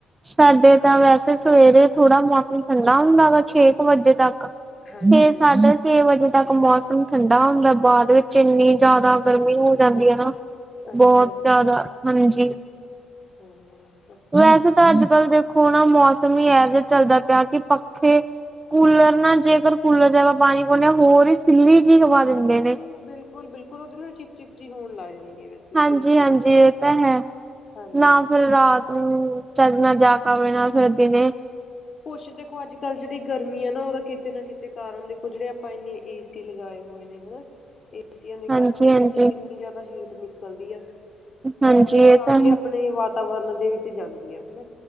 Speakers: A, on the right (about 20°); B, on the left (about 40°).
A: ਸਾਡੇ ਤਾਂ ਵੈਸੇ ਸਵੇਰੇ ਥੋੜ੍ਹਾ ਮੌਸਮ ਠੰਡਾ ਹੁੰਦਾ ਵਾ ਛੇ ਕੁ ਵਜੇ ਤੱਕ।
B: ਹਾਂਜੀ
A: ਫੇਰ
B: ਹਾਂਜੀ
A: ਸਾਢੇ ਛੇ ਵਜੇ ਤੱਕ ਮੌਸਮ ਠੰਡਾ ਹੁੰਦਾ ਬਾਅਦ ਵਿੱਚ ਇੰਨੀ ਜ਼ਿਆਦਾ ਗਰਮੀ ਹੋ ਜਾਂਦੀ ਹੈ ਨਾ।
B: ਅੱਛਾ
A: ਬਹੁਤ ਜ਼ਿਆਦਾ ਹਾਂਜੀ।
B: ਹੂੰ-ਹੂੰ।
A: ਵੈਸੇ ਤਾਂ ਅੱਜ ਕੱਲ੍ਹ ਦੇਖੋ ਨਾ ਮੌਸਮ ਹੀ ਇਹ ਜਿਹਾ ਚੱਲਦਾ ਪਿਆ ਕਿ ਪੱਖੇ ਕੂਲਰ ਨਾ ਜੇਕਰ ਕੂਲਰ ਚ ਪਾਣੀ ਪਾਉਂਦੇ ਹ ਹੋਰ ਹੀ ਸਿੱਲੀ ਜਿਹੀ ਹਵਾ ਦਿੰਦੇ ਨੇ।
B: ਬਿਲਕੁਲ-ਬਿਲਕੁਲ ਉਹਦੇ ਨਾਲ ਚਿਪ-ਚਿਪ ਜਹੀ ਹੋਣ ਲਗ ਜਾਂਦੀ ਹੈ
A: ਹਾਂਜੀ
B: ਕੂਲਰ ਦੀ
A: ਹਾਂਜੀ
B: ਹਵਾ ਨਾਲ
A: ਇਹ ਤਾਂ ਹੈ
B: ਹਾਂਜੀ
A: ਨਾ
B: ਹਾਂਜੀ
A: ਫਿਰ ਰਾਤ ਹੂੰ ਚਜ ਨਾਲ <unintelligible> ਜਾਕ ਵਣਾ ਫਿਰਦੀ ਨੇ
B: ਕੁਛ ਦੇਖੋ ਅੱਜ ਕੱਲ੍ਹ ਜਿਹੜੀ ਗਰਮੀ ਆ ਨਾ ਉਹਦਾ ਕਿਤੇ ਨਾ ਕਿਤੇ ਕਾਰਨ ਦੇਖੋ ਜਿਹੜੇ ਆਪਾਂ ਇੰਨੇ ਏ ਸੀ ਲਗਾਏ ਹੋਏ ਨੇ। ਹਨਾ ਏਸੀਆਂ ਦੇ ਕਰਕੇ
A: ਹਾਂਜੀ ਹਾਂਜੀ।
B: ਦੇਖੋ ਕਿੰਨੀ ਜ਼ਿਆਦਾ ਹੀਟ ਨਿਕਲਦੀ ਆ।
A: ਹਾਂਜੀ
B: ਤੇ ਦੇਖੋ ਸਾਰੇ
A: ਇਹ ਤਾਂ ਹੈ
B: ਹੀ ਆਪਣੇ ਵ ਵਾਤਾਵਰਨ ਦੇ ਵਿੱਚ ਜਾਂਦੀ ਆ ਹਨਾ